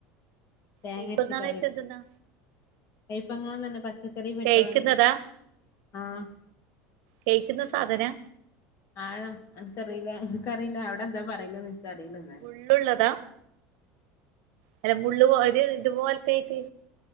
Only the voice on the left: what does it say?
തേങ്ങരച്ച
കറി
കൈപ്പങ്ങ തന്നെ പച്ചക്കറി പെട്ടതെന്നെ.
ആഹ്
ആഹ് എനക്ക്റിയില്ല എനക്കറിയില്ല അവടെ ന്താ പറീണെ എനിക്കറീല ന്നാല്